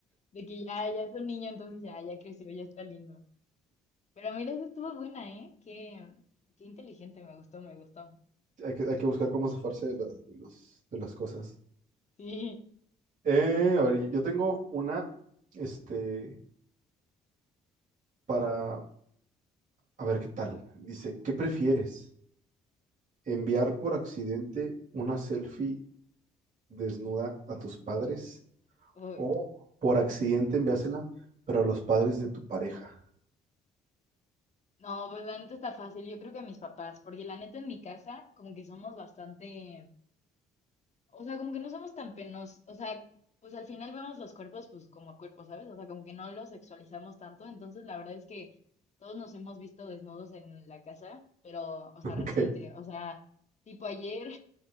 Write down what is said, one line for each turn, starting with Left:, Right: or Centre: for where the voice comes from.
Left: De que ya, ya es un niño, entonces ya, ya creció, ya está lindo. Pero mira, esa estuvo buena, ¿eh? Qué, qué inteligente, me gustó, me gustó.
Right: Hay que, hay que buscar cómo zafarse de las, de los- de las cosas.
Left: Sí.
Right: Eh, a ver, yo tengo una, este, para, a ver qué tal. Dice, ¿qué prefieres? ¿Enviar por accidente una selfie desnuda a tus padres?
Left: Uy.
Right: ¿O por accidente enviársela, pero a los padres de tu pareja?
Left: No, pues la neta está fácil, yo creo que mis papás, porque la neta en mi casa como que somos bastante, o sea, como que no somos tan penosos, o sea, pues al final vemos los cuerpos pues como cuerpos, ¿sabes? O sea, como que no los sexualizamos tanto, entonces la verdad es que todos nos hemos visto desnudos en la casa, pero,
Right: <laughs>
Left: o sea,
Right: Ok,
Left: reciente, o sea, tipo ayer